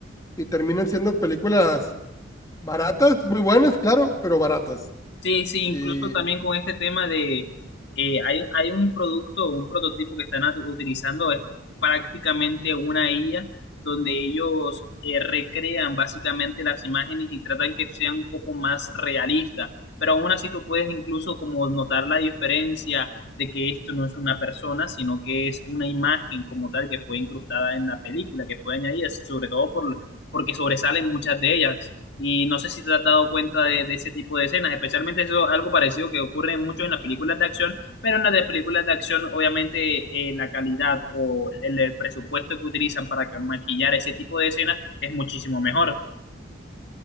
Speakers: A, on the left; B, on the left.
A: y terminan siendo películas baratas, muy buenas, claro, pero baratas.
B: Sí, sí, incluso
A: Y
B: también con este tema de, eh, hay, hay un producto, un prototipo que están at- utilizando, es prácticamente una IA, donde ellos eh, recrean básicamente las imágenes y tratan que sean un poco más realistas, pero aún así tú puedes incluso como notar la diferencia de que esto no es una persona, sino que es una imagen como tal que fue incrustada en la película, que fue añadida, sobre todo por, porque sobresalen muchas de ellas. Y no sé si te has dado cuenta de, de ese tipo de escenas, especialmente eso, algo parecido que ocurre mucho en las películas de acción, pero en las de películas de acción, obviamente, eh, la calidad o el, el presupuesto que utilizan para ca- maquillar ese tipo de escenas es muchísimo mejor.